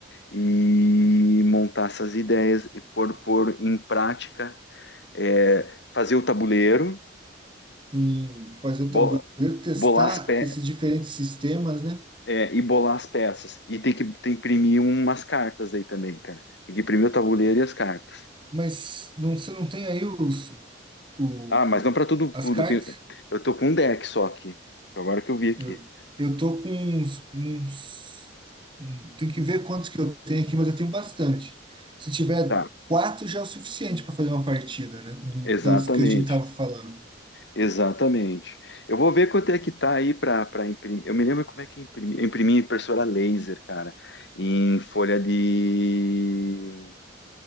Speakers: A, on the left (about 60°); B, on the right (about 25°).
A: e montar essas ideias e pôr, pôr em prática, é, fazer o tabuleiro,
B: Em fazer o
A: bo-
B: tabuleiro, testar
A: bolar as, pe
B: esses diferentes sistemas, né?
A: é, e bolar as peças. E tem que, tem que imprimir umas cartas daí também, cara. Tem que imprimir o tabuleiro e as cartas.
B: Mas não, você não tem aí os, o,
A: Ah, mas não para tudo,
B: as
A: tudo.
B: cartas?
A: Eu, tenho- eu tô com um deck só aqui. Agora que eu vi aqui.
B: Eu, eu tô com uns, uns- um- tem que ver quantos que eu tenho aqui, mas eu tenho bastante. Se tiver
A: Tá,
B: quatro já é o suficiente para fazer uma partida, né? Do-
A: exatamente.
B: Pelos que a gente tava falando.
A: Exatamente. Eu vou ver quanto é que tá aí para para imprimir. Eu me lembro como é que eu imprimi. Eu imprimi em impressora laser, cara, em folha de.